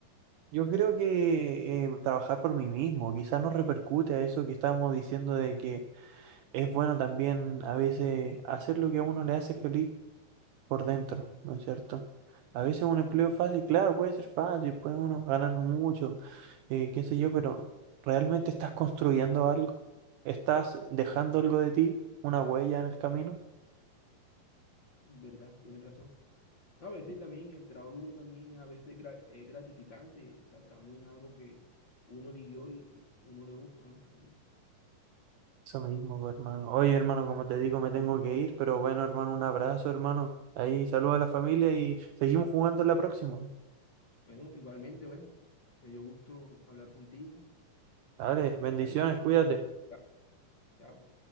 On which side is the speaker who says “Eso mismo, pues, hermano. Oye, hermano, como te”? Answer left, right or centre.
Right